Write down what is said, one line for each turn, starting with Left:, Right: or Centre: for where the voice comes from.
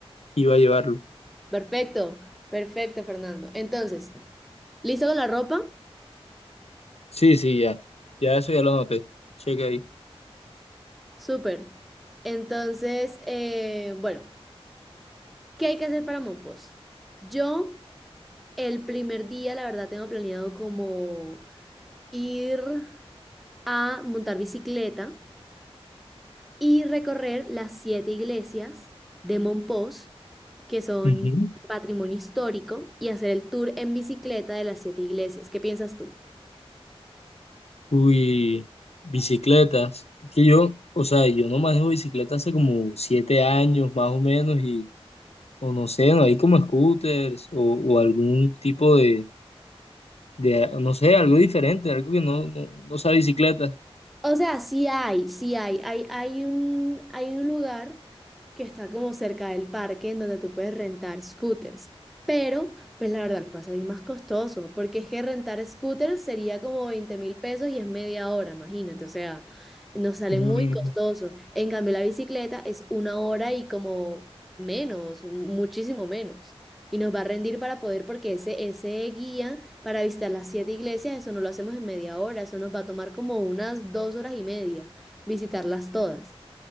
Left: iba a llevarlo.
Centre: Perfecto, perfecto, Fernando. Entonces, ¿listo con la ropa?
Left: Sí, sí, ya. Ya eso ya lo noté. Checa ahí.
Centre: Súper. Entonces, eh, bueno, ¿qué hay que hacer para Mompox? Yo el primer día, la verdad, tengo planeado como ir a montar bicicleta y recorrer las siete iglesias de Mompox, que son
Left: Ujú.
Centre: patrimonio histórico, y hacer el tour en bicicleta de las siete iglesias. ¿Qué piensas tú?
Left: Uy, bicicletas. Es que yo, o sea, yo no manejo bicicleta hace como siete años más o menos y, o no sé, no hay como scooters o, o algún tipo de, de, no sé, algo diferente, algo que no, no, no sea bicicleta.
Centre: O sea, sí hay, sí hay. Hay, hay un, hay un lugar que está como cerca del parque en donde tú puedes rentar scooters. Pero, pues la verdad, va a salir más costoso, porque es que rentar scooters sería como veinte mil pesos y es media hora, imagínate. O sea, nos sale
Left: Mm,
Centre: muy costoso. En cambio, la bicicleta es una hora y como menos, muchísimo menos. Y nos va a rendir para poder, porque ese, ese guía para visitar las siete iglesias, eso no lo hacemos en media hora, eso nos va a tomar como unas dos horas y media visitarlas todas.